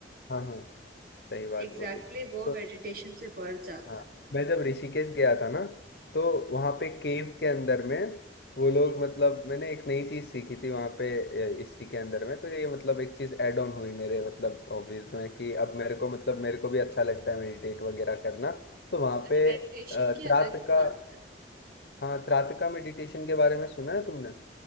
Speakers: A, on the left (about 60°); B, on the right (about 55°).
A: हाँ हाँ सही बात
B: एग्जैक्टली
A: बोली
B: exactly वो
A: तो
B: मेडिटेशन से बढ़ जाता
A: हाँ
B: है
A: मैं जब ऋषिकेश गया था ना तो वहाँ
B: हाँ।
A: पे केव के अंदर में वो लोग मतलब मैंने एक नई चीज सीखी थी वहाँ पे ए, इसी के अंदर में तो ये मतलब एक चीज ऐड ऑन हुई मेरे मतलब हॉबीज में कि अब मेरे को मतलब मेरे को भी अच्छा लगता है मेडिटेट वगैरह करना तो वहाँ
B: अरे
A: पे
B: मेडिटेशन
A: अ,
B: की
A: त्राटका
B: अलग ही बात है
A: हाँ त्राटका मेडिटेशन के बारे में सुना है तुमने